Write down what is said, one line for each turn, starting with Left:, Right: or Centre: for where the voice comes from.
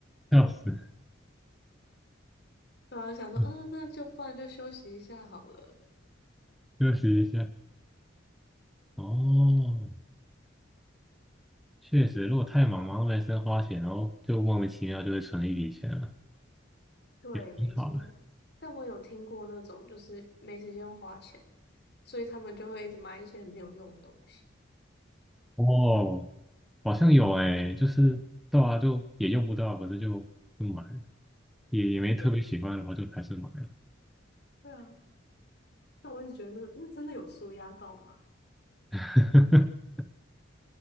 Centre: 笑死，
Left: 对啊，想说，
Centre: <laughs>
Left: 嗯、那就不然就休息一下好了。
Centre: 休息一下。哦，确实，如果太忙，忙到没时间花钱，然后就莫名其妙就会存一笔钱了，
Left: 对，
Centre: 挺好的。
Left: 没错。但我有听过那种就是没时间花钱，所以他们就会一直买一些没有用的东西。
Centre: 哦，好像有诶，就是对啊，就也用不到，可是就就买了，也也没特别喜欢，
Left: 对
Centre: 然后就还是买了。
Left: 对啊，但我一直觉得那那真的有舒压到吗？
Centre: <laughs>